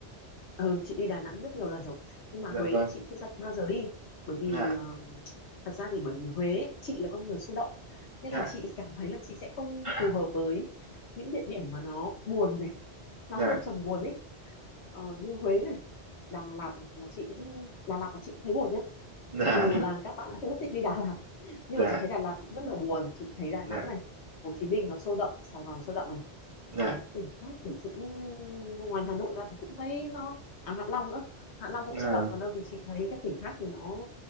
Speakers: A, on the left; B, on the right.
A: ừ chị đi Đà Nẵng rất nhiều lần rồi nhưng mà
B: dạ
A: Huế
B: vâng
A: thì chị chưa ra- bao giờ đi bởi vì
B: dạ
A: ờ, thật ra thì bởi vì Huế ấy, chị là con người sôi động nên
B: dạ
A: là chị cảm thấy là chị sẽ không
B: <laughs>
A: phù hợp với những địa điểm mà nó buồn này nó
B: dạ
A: hơi
B: dạ
A: trầm buồn ấy ờ, như Huế này Đà Lạt này là chị cũng Đà Lạt là chị cũng thấy buồn nhá
B: dạ
A: mặc dù là các bạn đã rất thích đi Đà Lạt nhưng
B: dạ
A: mà chị thấy Đà Lạt cũng rất là buồn chị thấy Đà
B: Dạ,
A: Nẵng này Hồ Chí Minh nó sôi động Sài Gòn sôi động này
B: dạ,
A: còn các tỉnh khác thì cũng ngoài Hà Nội ra thì cũng thấy nó à Hạ Long nữa Hạ Long cũng
B: à,
A: sôi động còn đâu thì chị thấy các tỉnh khác thì nó